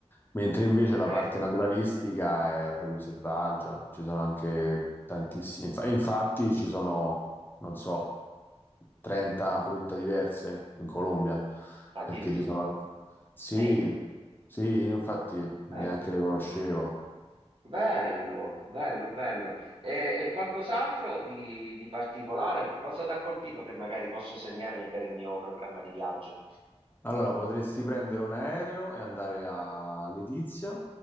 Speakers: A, on the left; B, on the right.
A: mentre invece
B: Ok?
A: la parte naturalistica è proprio selvaggia, ci sono anche tantissimi, inf- e infatti ci sono non so, 30 frutta diverse in Colombia,
B: Addirittura.
A: perché ci sono... Sì,
B: Mi.
A: sì, infatti neanche
B: Bello.
A: le conoscevo.
B: Bello, bello, bello. E, e qualcos'altro di, di particolare? Cosa ti ha colpito che magari posso segnarmi per il mio programma di viaggio?
A: Allora, potresti prendere un aereo e andare a Letizia,